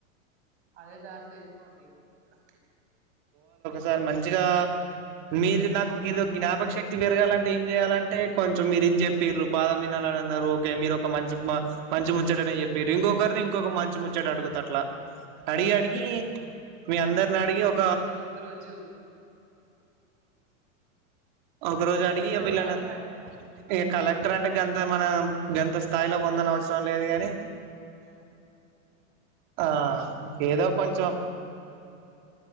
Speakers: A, on the right; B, on the right.
A: అదే దారిలో ఎల్లిపోండి ఇక మీరు కూడా
B: సార్ మంచిగా మీరు నాకు గీలోకి జ్ఞాపక శక్తి పెరగాలంటే ఏం చేయాలంటే కొంచెం మీరు ఇది చెప్పిరు బాదం వినాల న్నారు ఓకే మీరు ఒక మంచి మంచి ముచ్చటనే చెప్పిర్రు ఇంకొకరిని ఇంకొక
A: ఆ
B: మంచి ముచ్చట అడుగుతా అట్లా అడిగి
A: ఆ
B: అడిగి మీ అందరిని అడిగి ఒక
A: పో ఏదో ఒక రోజు
B: ఒక రోజు అడిగి
A: ఏదో ఒక
B: ఇగ వీళ్లన
A: కలెక్టర్ అయితవా
B: ఏ కాల త్రడ్ గంత మనం గంత స్థాయిలో పొందన అవసరం లేదు గాని
A: అ
B: ఆ ఏదో కొంచెం